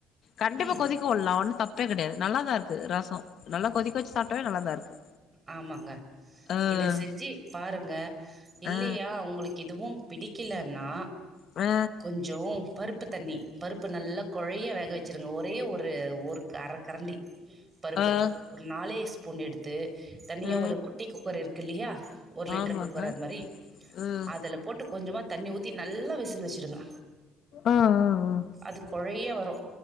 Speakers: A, on the left (about 50°); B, on the right (about 20°).
A: கண்டிப்பா
B: ம்
A: கொதிக் க உல்லா ஒன்னு தப்பே கிடையாது நல்லாதாருக்கு ரசோ நல்லா கொதிக்க வெச்சு சாப்பிட்டவே நல்லாதா இருக்கு
B: ஆமாங்க
A: ஆ
B: இத செஞ்சு பாருங்க இல்லையா
A: ஆ
B: உங்களுக்கு இதுவும் பிடிக்கிலன்னா
A: ஆ
B: கொஞ்சோ பருப்பு தண்ணி பருப்பு நல்லா குழைய வேக வெச்சுருங்க ஒரே ஒரு ஒர் அரக்கரண்டி பருப்பு
A: ஆ
B: ஒரு நாலே ஸ்பூன் எடுத்து தனியா
A: ஆ
B: ஒரு குட்டி குக்கர் இருக்கு இல்லையா ஒரு லிட்டரு
A: ஆமாக்கா
B: குக்கர் அது மாரி
A: ம்
B: அதுல போட்டு கொஞ்சமா தண்ணி ஊத்தி நல்லா விசில் வெச்சிடுங்க
A: ஆ ஆ ஆ
B: அது குழைய வரு